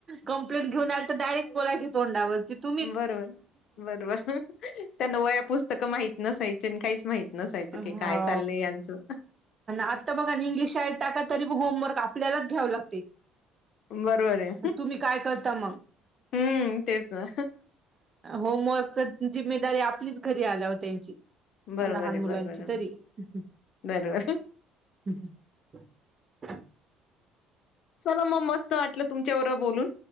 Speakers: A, on the right; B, on the left.
A: कंप्लेंट घेऊन डायरेक्ट बोलायची तोंडावरती तुम्हीच
B: बरोबर. बरोबर. त्यांना वह्या पुस्तकं माहीत नसायचे आणि काहीच माहीत नसायचं की
A: होा
B: काय चाललंय यांचं.
A: आता बघा इंग्लिश शा टाकतले. तरी होमवर्क आपल्यालाच घ्याव लागते.
B: बरोबर. आहे.
A: तुम्ही काय करता मग
B: हं, तेच ना.
A: होमवर्कच जिम्मेदारी आपलीच घरी आल्या हो त्यांची
B: बरोबर
A: लहान
B: आहे, बरोबर
A: मुलांची
B: आहे.
A: तरी. हे
B: बरोबर.
A: काय आहे ते समजले नाही.
B: चला मग मस्त वाटलं तुमच्यावर बोलून